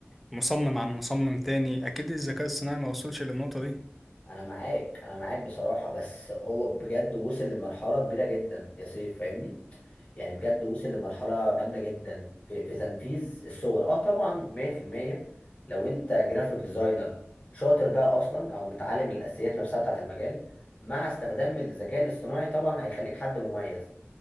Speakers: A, in the centre; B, on the left (about 30°).
A: مصمم عن مصمم تاني اكيد الذكاء الصناعي ما وصلش للنقطة دي
B: انا معاك انا معاك بصراحه بس هو بجد وصل لمرحله كبيره جدا يا سيف فاهمني يعني بجد وصل لمرحله جامده جدا في, في تنفيذ الصور اه طبعا 100% لو انت جرافيك ديزاينر شاطر بقى اصلا او متعلم الاساسيات نفسها بتاعت المجال مع استخدام الذكاء الاصطناعي طبعا هيخليك حد مميز